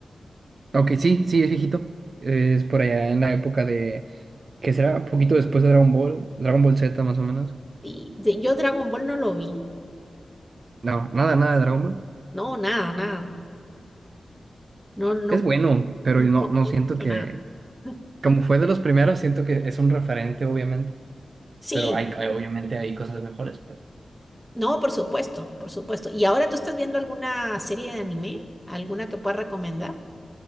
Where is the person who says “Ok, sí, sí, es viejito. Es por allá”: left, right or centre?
Right